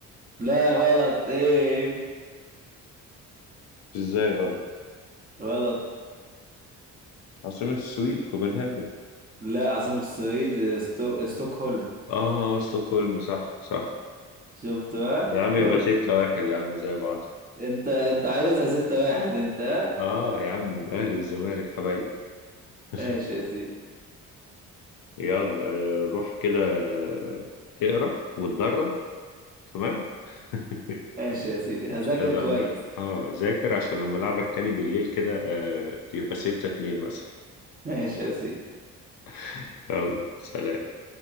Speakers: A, on the right; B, on the left.
A: لا غلط إيه
B: إزاي غلط
A: غلط
B: عاصمة السويد كوبنهاجن
A: لا عاصمة السويد استو... ستوكهولم
B: آه ستوكهولم صح صح
A: شفت بقى
B: يا عم
A: شفت
B: يبقى <laughs> ستة واحد يا عم زي بعض
A: أنت أنت عايزها ستة واحد أنت ها؟
B: آه يا عم الأهلي والزمالك حبايبي <laughs>
A: ماشي يا سيدي
B: يلا آه، روح كده آه، اقرا واتدرب تمام <laughs>
A: ماشي يا سيدي هذاكر
B: لما
A: كويس
B: اه ذاكر عشان لما العبك تاني بالليل كده آه تبقى ستة اتنين مثلا
A: ماشي يا سيدي
B: <laughs> يلا سلام